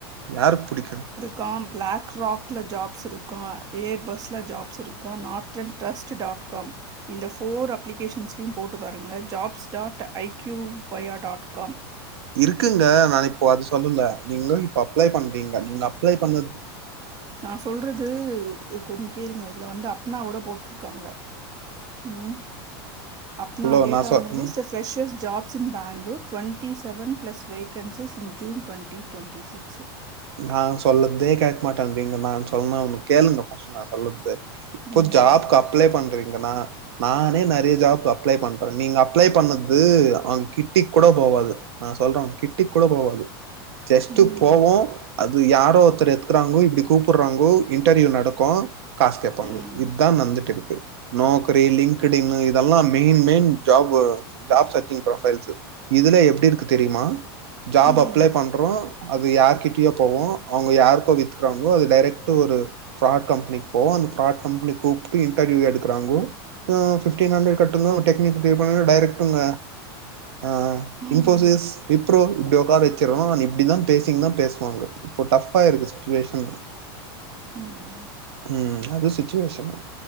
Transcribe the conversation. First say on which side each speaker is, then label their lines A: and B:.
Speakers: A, on the right; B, on the right.
A: யாருக்கு பிடிக்கு
B: காம் பிளாக் ராக்ல ஜாப்ஸ் இருக்கு ஏர் பஸ்ல ஜாப்ஸ் இருக்கு Northern trust dot com இந்த ஃபோர் அப்ளிகேஷன்ஸ்லயையு போட்டு பாருங்க ஜாப்ஸ் டாட் ஐகியூ வயா டாட் காம்
A: இருக்குங்க நா இப்போ அத சொல்லல நீங்க இப்ப அப்ளை பண்றீங்க நீங்க அப்ளை பண்ணது
B: நா சொல்றது கொஞ்சோ கேளுங்க இதுல வந்து அப்னா கூட போட்டுருக்காங்க ம் அப்னா
A: ஹலோ
B: டேட்டா
A: நா சொ
B: அன்
A: ம்
B: listed freshers jobs in Bangalore twenty seven plus vacancies in June twenty twenty six
A: நா சொல்லதே கேட்க மாட்டேன்றீங்க நா சொன்ன அவன்க்கு கேளுங்க ஃபஸ்ட்டு நா சொல்றது இப்போ
B: ம்
A: ஜாப்கு அப்ளே பண்றீங்கன்னா நானே நறைய ஜாப்க்கு அப்ளே பண்றே அப்போ நீங்க அப்ளே பண்ணது அவுங்க கிட் கிட்டி கூட போவாது நா சொல்றே கிட்டி கூட போவாது ஜஸ்ட்டு
B: ம்
A: போவோ அது யாரோ ஒருத்தர் எத்துக்குறாங்கோ இப்டி கூப்புட்றாங்கோ இன்டர்வியூ நடக்கு காசு கேப்பாங்கோ
B: ம்
A: இதா நடந்துட்டுருக்கு நாக்ரி லிங்க்டின் இதெல்லா main main job job searching profiles இதுல எப்டி இருக்கு தெரியுமா ஜாப்
B: ம்
A: அப்ளை பண்றோ அது யார்கிட்ட <unintelligible> போவோ அவங்க யாருக்கோ வித்துக்குறாங்ளோ அது டேரெக்ட் ஒரு ஃப்ராட் கம்பெனிக்கு போகு அந்த ஃப்ராட் கம்பனி கூப்ட்டு இன்டர்வியூ எடுக்குறாங்க இப்போ பிஃப்டீன் ஹண்ரட் கட்டுங்கோ டெக்னிக்குபே பண்ணுங்கோ டேரெக்ட் டுங் அ
B: ம்
A: இன்ஃபோசிஸ் விப்ரோ இப்டி உக்கார வக்கிரோ நீ இப்டிதா பேசிங்னா பேசுவாங்க இப்போ டஃபா ஆயிருக்கு சுச்சுவேஷன்
B: ம்
A: ம் அது சுச்சுவேஷனு